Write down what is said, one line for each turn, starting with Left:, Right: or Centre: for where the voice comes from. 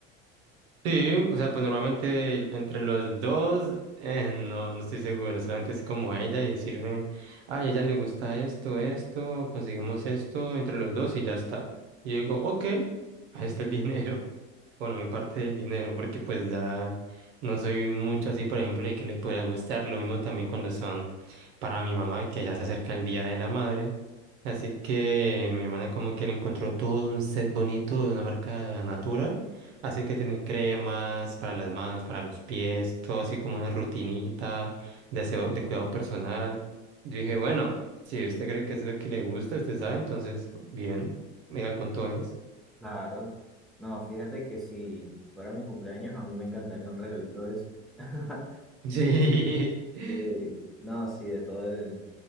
Right: Sí, o sea, pues normalmente el- entre los dos, eh, no, no estoy seguro, solamente es como ella y decirme, ay, a ella le gusta esto, esto, conseguimos esto entre los dos y ya está. Y yo digo, ok, ahí está el <laughs> dinero bueno, mi parte del dinero, porque pues ya no soy mucho así, por ejemplo, de que le pueda gustar. Lo mismo también cuando son para mi mamá, que ya se acerca el Día de la Madre. Así que mi hermana como que le encontró todo un set bonito de una marca Natura. Así que tiene cremas para las manos, para los pies, todo así como una rutinita de, aseo- de cuidado personal. Yo dije, bueno, si usted cree que es lo que le gusta, usted sabe, entonces, bien, mira cuánto es.
Centre: Claro. No, fíjate que si fuera mi cumpleaños, a mí me encantaría un regalito de eso. <laughs>
Right: <laughs> Sí.
Centre: Sí, no, sí, de todo. el-